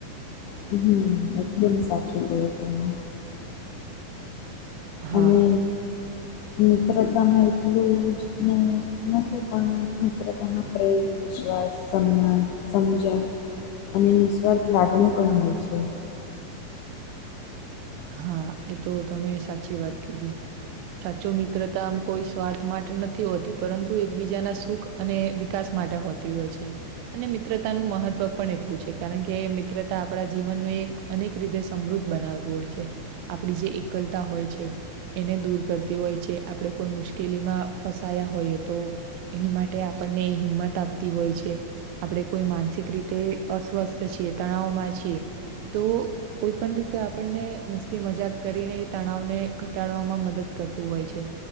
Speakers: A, on the left (about 85°); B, on the right (about 80°).
A: હું એકદમ સાચું પણ
B: હા,
A: અને મિત્રતામાં એટલું જ અને નથી પણ મિત્રતામા પ્રેમ વિશ્વાસ, સન્માન સમજણ અને નિઃસ્વાર્થ લાગણી પણ હોય છે.
B: હા એતો તમે સાચી વાત કીધી સાચો મિત્રતા આમ કોઈ સ્વાર્થ માટે નથી હોતી, પરંતુ એકબીજાના સુખ અને વિકાસ માટે હોતી હોય છે. અને મિત્રતાનું મહત્વ પણ એટલું છે કારણ કે મિત્રતા આપણા જીવનનું એક અનેક રીતે સમૃદ્ધ બનાવતું હોય છે આપણી જે એકલતા હોય છે. એને દૂર કરતી હોય છે, આપણે કોઈ મુશ્કેલીમાં ફસાયા હોઈએ તો એની માટે આપણને હિંમત આપતી હોય છે. આપણે કોઈ માનસિક રીતે અસ્વસ્થ છીએ તણાવમાં છીએ તો કોઈ પણ રીતે આપણને મસ્તી મજાક કરીને એ તણાવને ઘટાડવામાં મદદ કરતું હોય છે.